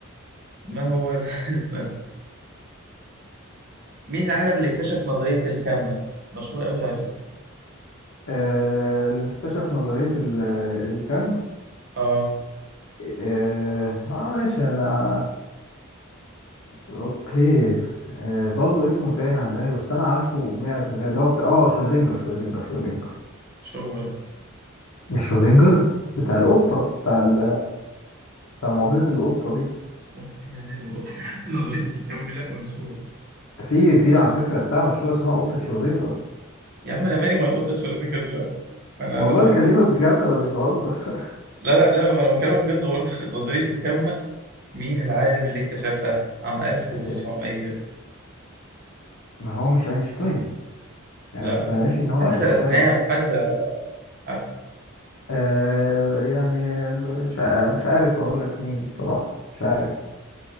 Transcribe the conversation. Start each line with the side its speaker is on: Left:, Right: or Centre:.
Right: ما هو ال- <laughs> استنى مين العالم اللي اكتشف نظرية الكم مشهور أوي على فكرة
Left: آه اللي اكتشف نظرية ال- الكم
Right: آه
Left: اه آه، ماشي ده اوكي آه برضه اسمه تايه عن دماغي بس انا عارفه 100% اللي هو بتاع اه شرودنجر شرودنجر شرودنجر
Right: مش هو لا
Left: مش شرودنجر بتاع
Right: لا
Left: القطة بتاع ال... بتاع معضلة القطة دي
Right: أختي يا مالي والله. <laughs> نظرية الكم لا مش هو
Left: في في على فكرة بتاع مشهورة اسمها قطة شرودنجر
Right: يا عم أنا مالي ولا قطة شرودنجر دلوقتي أنا
Left: والله
Right: نظرية
Left: بكلمك بجد انا مش بهزر <laughs>
Right: لا لا لا أنا بكلمك بجد هو <laughs> نظرية الكم مين العالم اللي اكتشفها عام 1900
Left: آه، ما هو مش اينشتاين يعني
Right: لا
Left: ما تقنعنيش
Right: لا
Left: ان هو
Right: حد
Left: اينشتاين
Right: درسناه وحد عارفه
Left: آه يعني مش ع- مش عارف اقول لك مين الصراحة مش عارف